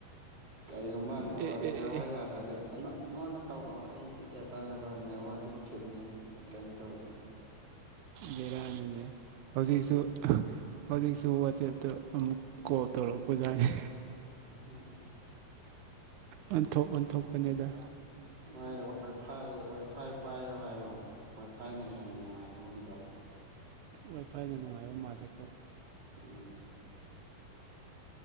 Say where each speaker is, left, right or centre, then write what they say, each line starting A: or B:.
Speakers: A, on the right; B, on the right.
A: ꯀꯔꯤꯒꯨꯝꯕ
B: ꯑꯦ ꯑꯦ
A: ꯅꯦꯋꯥ
B: ꯑꯦ
A: ꯌꯥꯗ꯭ꯔꯗꯤ ꯑꯩꯉ ꯑꯩꯉꯣꯟꯗ ꯇꯧꯔꯑꯣ ꯑꯩꯗꯤ ꯑꯦꯚꯥꯏꯂꯦꯕꯜ ꯅꯦꯠꯋꯥꯛꯇꯤ ꯐꯤꯠꯅꯤ ꯀꯩꯝ ꯇꯧꯗꯦ
B: ꯕꯦꯔꯥꯅꯤꯍꯦ ꯍꯧꯖꯤꯛꯁꯨ ꯍꯧꯖꯤꯛꯁꯨ ꯋꯥꯆꯦꯞꯇ ꯑꯃꯨꯛ ꯀꯣꯜ ꯇꯧꯔꯛꯄ ꯌꯥꯠꯅꯤ
A: ꯎꯝ
B: ꯑꯣꯟꯊꯣꯛ ꯑꯣꯟꯊꯣꯛꯄꯅꯦꯗ
A: ꯍꯣꯏ ꯋꯥꯏ ꯐꯥꯏ ꯋꯥꯏ ꯐꯥꯏ ꯄꯥꯏꯌꯣ ꯍꯥꯏꯌꯣ ꯋꯥꯏ ꯐꯥꯏꯅ ꯍꯦꯟꯅ ꯅꯨꯡꯉꯥꯏꯕꯒꯨꯝ ꯇꯧꯋ
B: ꯋꯥꯏꯐꯥꯏꯅ ꯅꯨꯡꯉꯥꯏꯕ ꯃꯥꯜꯗꯦꯀꯣ
A: ꯎꯝ